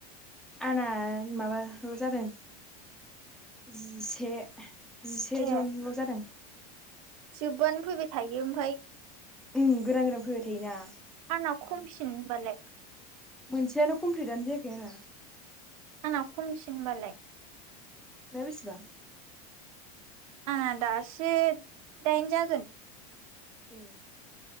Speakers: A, in the centre; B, on the right (about 65°).
A: आंना माबाल जादों जिसे जिसे
B: ए
A: जनल जादों
B: जोबबानो फैबायथायो ओमफाय
A: ओम गोदान गोदान फैबाय थायोना
B: आंना
A: जोबबानो
B: खमसिन ओमबालाय
A: मोनसेयानो कमप्लिटआनो जायाखै आंना
B: आंना खमसिन ओमबालाय
A: नोंना बेसिबां
B: आंना दासो दाइन जागोन
A: ए